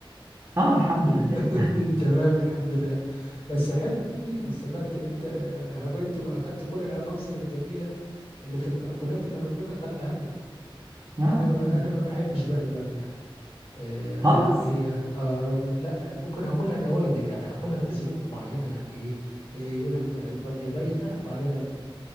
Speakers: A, on the right; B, on the left.
A: اه الحمد لله
B: <laughs> تمام الحمد لله بس حلو ومفيد استفدت ان انت آه، هودت واخدت كل العناصر الجميلة اللي في المأكولات اللي ربنا خلقها لنا
A: آه
B: انا
A: الحمد
B: ما
A: لله
B: انا ما بحبش بقى البامية آه رغم
A: خالص
B: ان هي اه رغم إن لا ممكن اكلها نوادر يعني اكلها في ظروف معينة يعني ايه, إيه يقول لك بامية بايتة وعليها ليمون